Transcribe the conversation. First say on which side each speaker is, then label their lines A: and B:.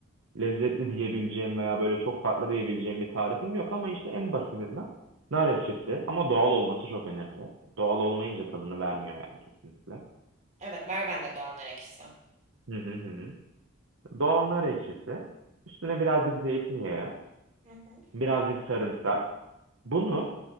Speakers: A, on the right; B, on the right.
A: lezzetli diyebileceğim veya böyle çok farklı diyebileceğim bir tarifim yok ama işte en basitinden nar ekşisi ama doğal olması çok önemli. Doğal olmayınca tadını vermiyor yani kesinlikle.
B: Evet var bende doğanlar ekşisi.
A: Hı hı hı. hı. Doğal nar ekşisi, üstüne birazcık zeytinyağı,
B: Hı hı.
A: birazcık sarımsak. Bunu